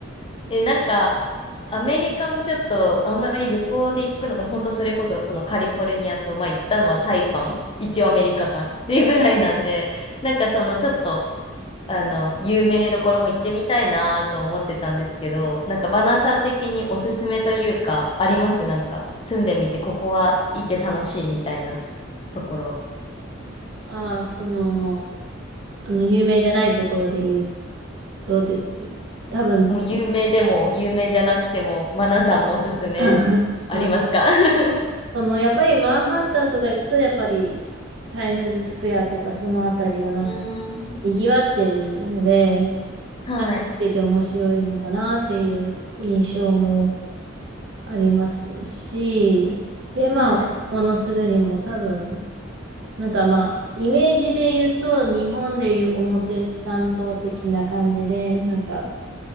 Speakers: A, on the left; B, on the right.
A: <laughs> え、なんか、アメリカもちょっと、あんまり旅行で行くのが、本当それこそ、そのカリフォルニアと、まあ行ったのはサイパン、一応アメリカかっていうぐらいなんで、なんかそのちょっと、あの、有名どころも行ってみたいなと思ってたんですけど、なんかバナーさん的におすすめというか、ありますなんか、住んでみて、ここは行って楽しいみたいなところ。
B: <laughs> ああ、その、あの、有名じゃないところで言うとですね多分、
A: もう有名でも有名じゃなくても、マナさんのおすすめありますか
B: <laughs> あ、
A: <laughs>
B: その、やっぱりマンハッタンとか行くと、やっぱりタイムズスクエアとかそのあたりはなんか
A: うーん。
B: 賑わってるので、
A: はい、
B: なんか見てて面白いのかなっていう印象もありますし、で、まあ、
A: はい、
B: ものするにも多分、なんかまあ、イメージで言うと、日本でいう表参道的な感じで、なんか